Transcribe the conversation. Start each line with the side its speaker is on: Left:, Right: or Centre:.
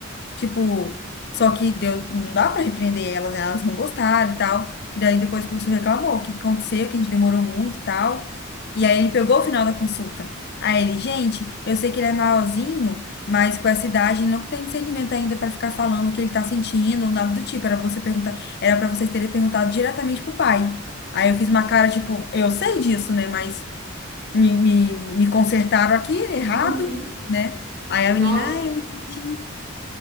Left: Tipo, só que deu, não dá pra repreender elas, né? Elas não gostaram e tal. Daí depois o professor reclamou, o que que aconteceu, que a gente demorou muito e tal. E aí ele pegou o final da consulta. Aí ele, gente, eu sei que ele é maiorzinho, mas com essa idade ele não tem discernimento ainda pra ficar falando o que ele tá sentindo ou nada do tipo. Era você perguntar, era para vocês terem perguntado diretamente pro pai. Aí eu fiz uma cara tipo, eu sei disso, né? Mas me, me, me consertaram aqui errado,
Right: Uhum.
Left: né? Aí
Right: E,
Left: a
Right: Nossa,
Left: menina, ah, eu entendi.